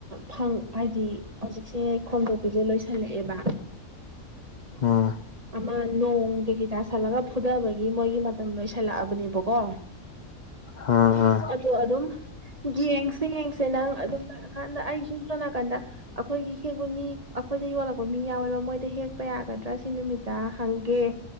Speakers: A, on the right (about 25°); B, on the left (about 45°).
A: ꯐꯪ ꯍꯥꯏꯗꯤ ꯍꯧꯖꯤꯛꯁꯦ ꯈꯣꯟꯗꯣꯛꯄꯤꯁꯦ ꯂꯣꯏꯁꯜꯂꯛꯑꯦꯕ
B: ꯑꯣ
A: ꯑꯃ ꯅꯣꯡ ꯀꯩ ꯀꯩ ꯇꯥꯁꯜꯂꯒ ꯐꯨꯗꯕꯒꯤ ꯃꯣꯏꯒꯤ ꯃꯇꯝ ꯂꯣꯏꯁꯤꯜꯂꯛꯑꯕꯅꯦꯕ ꯀꯣ
B: ꯑ ꯑ
A: ꯑꯗꯣ ꯑꯗꯨꯝ ꯌꯦꯡꯁꯦ ꯌꯦꯡꯁꯦ ꯅꯪ ꯑꯗꯨꯝ ꯂꯥꯛꯑꯀꯥꯟꯗ ꯑꯩꯁꯨ ꯁꯣꯝ ꯅꯀꯟꯗ ꯑꯩꯈꯣꯏꯒꯤ ꯍꯦꯛꯄ ꯃꯤ ꯑꯩꯈꯣꯏꯗ ꯌꯣꯜꯂꯛꯄ ꯃꯤ ꯌꯥꯎꯋꯦꯕ ꯃꯣꯏꯗ ꯍꯦꯛꯄ ꯌꯥꯒꯗ꯭ꯔꯥ ꯁꯤ ꯅꯨꯃꯤꯠꯇ ꯍꯪꯒꯦ